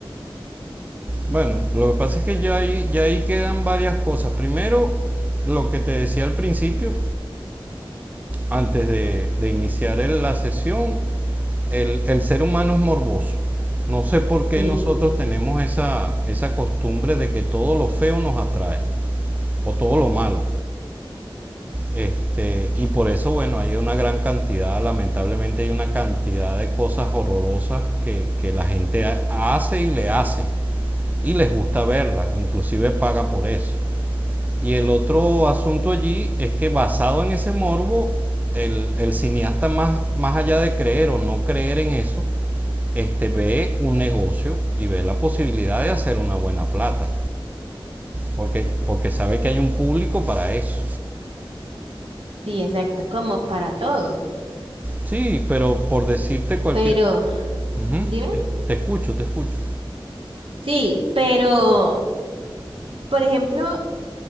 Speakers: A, on the right; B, on the right.
A: Bueno, lo que pasa es que ya ahí, ya ahí quedan varias cosas. Primero, lo que te decía al principio, antes de, de iniciar el- la sesión, el, el ser humano es morboso. No sé por qué
B: Sí,
A: nosotros tenemos esa, esa costumbre de que todo lo feo nos atrae o todo lo malo. Este, y por eso, bueno, hay una gran cantidad, lamentablemente hay una cantidad de cosas horrorosas que, que la gente hace y le hacen. Y les gusta verlas, inclusive paga por eso. Y el otro asunto allí es que basado en ese morbo, el, el cineasta más, más allá de creer o no creer en eso, este, ve un negocio y ve la posibilidad de hacer una buena plata, porque, porque sabe que hay un público para eso.
B: sí, exacto, como para todo.
A: Sí, pero por decirte cualquier...
B: Pero,
A: Ujú,
B: dime.
A: Te escucho, te escucho.
B: Sí, pero, por ejemplo,